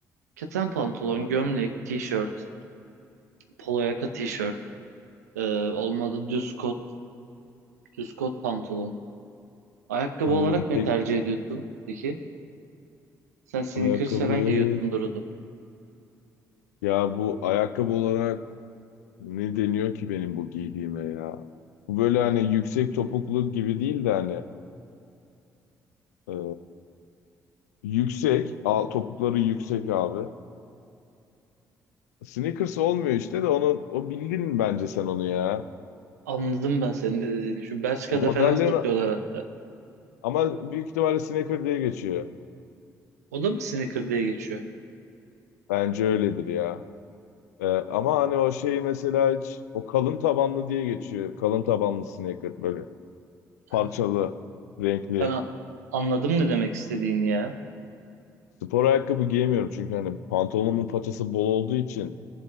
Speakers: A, on the right; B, on the left.
A: Keten pantolon,
B: A-
A: gömlek, tişört, polo yaka tişört, e, olmadı düz kot, düz kot pantolon. Ayakkabı
B: Anladım.
A: olarak ne
B: Peki
A: tercih ediyorsun peki? Sen sneakers
B: ayakkabı.
A: falan giyiyorsundur o zaman.
B: Ya bu ayakkabı olarak ne deniyor ki benim bu giydiğime ya? Bu böyle hani yüksek topuklu gibi değil de hani ee, Yüksek. Al, topukları yüksek abi. Sneakers olmuyor işte de onu o bildin bence sen onu ya.
A: Anladım ben senin de dediğini. Şu Bershka'da
B: O modellerin
A: falan satıyorlar hatta.
B: ama büyük ihtimalle sneaker diye geçiyor.
A: O da mı sneaker diye geçiyor?
B: Bence öyledir ya. Ee, ama hani o şeyi mesela hiç o kalın tabanlı diye geçiyor. Kalın tabanlı sneaker böyle parçalı,
A: Ha,
B: renkli.
A: Ben a- anladım ne demek istediğini ya.
B: Spor ayakkabı giyemiyorum çünkü hani pantolonumun paçası bol olduğu için